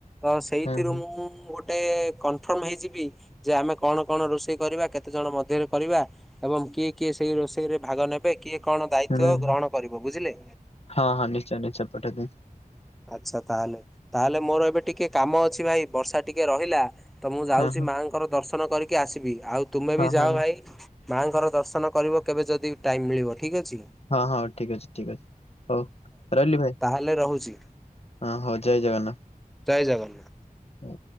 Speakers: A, in the centre; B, on the left.
A: ତ ସେଇଥିରୁ
B: ହୁଁ ହୁଁ
A: ମୁଁ ଗୋ ଟେ କନଫର୍ମ ହେଇଯିବି ଯେ ଆମେ କଣ କଣ ରୋଷେଇ କରିବା? କେତେ ଜଣ ମଧ୍ୟରେ କରିବା ଏବଂ କିଏ କିଏ ସେଇ ରୋଷେଇରେ ଭାଗ ନେ ବେ କିଏ କଣ ଦାୟିତ୍ଵ
B: ହୁଁ ହୁଁ।
A: ଗ୍ରହଣ କରିବୁ ବୁଝିଲେ।
B: ହଁ, ହଁ ନିଶ୍ଚୟ ନିଶ୍ଚୟ ପଠେଇଦେ।
A: ଆଚ୍ଛା ତାହେଲେ, ତାହେଲେ ମୋର ଏବେ ଟିକେ କାମ ଅଛି ଭାଇ ବର୍ଷା ଟିକେ ରହିଲା। ତ ମୁଁ ଯାଉଛି
B: ହଁ ହଁ
A: ମାଆଙ୍କର ଦର୍ଶନ କରିକି ଆସିବି, ଆଉ ତୁମେ
B: ହଁ
A: ବି ଯାଅ
B: ହଁ
A: ଭାଇ। ମାଆଙ୍କର ଦର୍ଶନ କରିବ କେବେ ଯଦି ଟାଇମ୍ ମିଳିବ ଠିକ୍ ଅଛି।
B: ହଁ, ହଁ ଠିକ ଅଛି, ଠିକ ଅଛି, ହଉ ରହିଲି ଭାଇ।
A: ହେଲେ ରହୁଛି।
B: ହଁ ହଉ ଜୟ ଜଗନ୍ନା
A: ଜୟ ଜଗନ୍ନା
B: ହୁଁ,